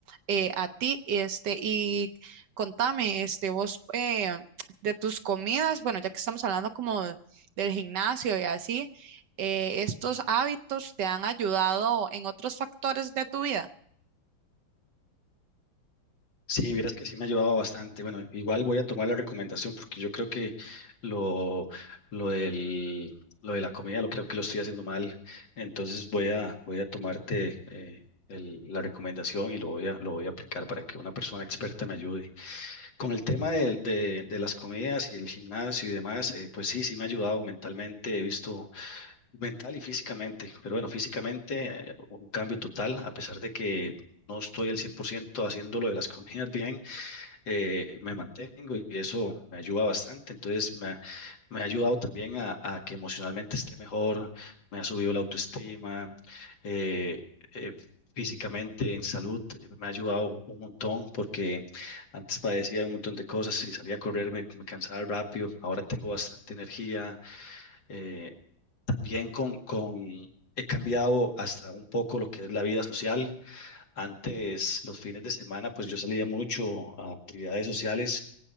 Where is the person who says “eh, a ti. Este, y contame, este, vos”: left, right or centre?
Right